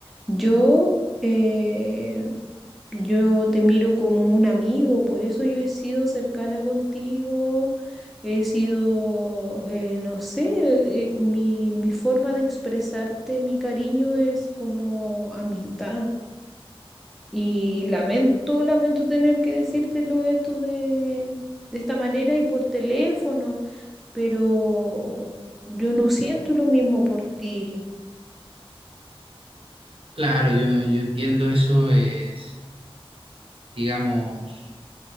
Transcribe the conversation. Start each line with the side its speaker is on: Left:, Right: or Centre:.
Centre: yo... eh, Yo te miro como un amigo, por eso yo he sido cercana contigo, he sido, eh, no sé, eh, mi, mi forma de expresarte mi cariño es como amistad. Y lamento, lamento tener que decírtelo esto de, de esta manera y por teléfono pero yo no siento lo mismo por ti.
Right: Claro, yo, yo entiendo eso es, digamos,